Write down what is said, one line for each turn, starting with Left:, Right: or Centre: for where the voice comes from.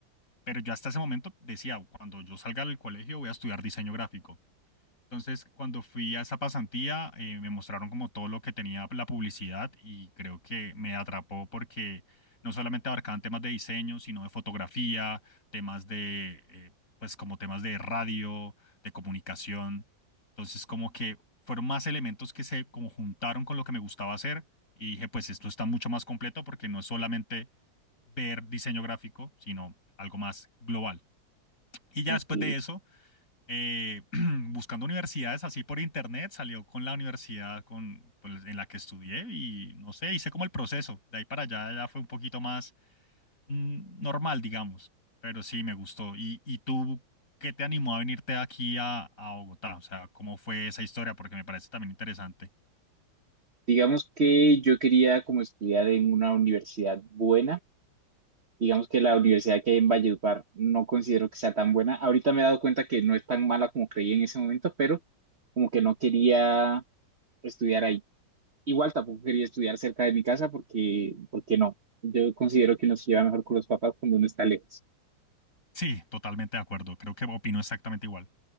Left: Pero yo hasta ese momento decía, cuando yo salga del colegio voy a estudiar diseño gráfico. Entonces, cuando fui a esa pasantía, eh, me mostraron como todo lo que tenía la publicidad y creo que me atrapó porque no solamente abarcaban temas de diseño, sino de fotografía, temas de, eh, pues como temas de radio, de comunicación. Entonces, como que fueron más elementos que se como juntaron con lo que me gustaba hacer y dije, pues esto está mucho más completo porque no es solamente ver diseño gráfico, sino algo más global. Y ya
Right: Ok.
Left: después de eso eh, <clears throat> buscando universidades así por internet, salió con la universidad con, pues, en la que estudié y no sé, hice como el proceso. De ahí para allá ya fue un poquito más mm, normal, digamos, pero sí me gustó. ¿Y, y tú qué te animó a venirte aquí a, a Bogotá? O sea, ¿cómo fue esa historia? Porque me parece también interesante.
Right: Digamos que yo quería como estudiar en una universidad buena Digamos que la universidad que hay en Valledupar no considero que sea tan buena. Ahorita me he dado cuenta que no es tan mala como creí en ese momento, pero como que no quería estudiar ahí. Igual tampoco quería estudiar cerca de mi casa porque, porque no. Yo considero que uno se lleva mejor con los papás cuando uno está lejos.
Left: Sí, totalmente de acuerdo. Creo que opino exactamente igual.